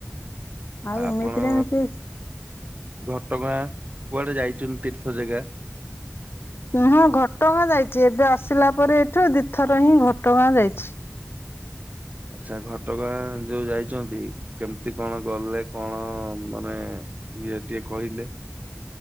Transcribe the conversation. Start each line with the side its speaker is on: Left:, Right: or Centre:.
Left: ଆଉ
Right: ଆପଣ
Left: ଏମିତିରେ ଏମିତି
Right: ଘଟଗାଁ? କୁଆଡେ ଯାଇଛୁ ତୀର୍ଥ ଜାଗା?
Left: ହଁ ଘଟଗାଁ ଯାଇଛି ଏବେ ଆସିଲା ପରେ ଏଠୁ ଦି ଥର ହିଁ ଘଟଗାଁ ଯାଇଛି।
Right: ଆଚ୍ଛା ଘଟଗାଁ ଯୋଉ ଯାଇଛନ୍ତି କେମିତି କଣ ଗଲେ? କଣ ମାନେ ଇଏ ଟିକେ କହିଲେ?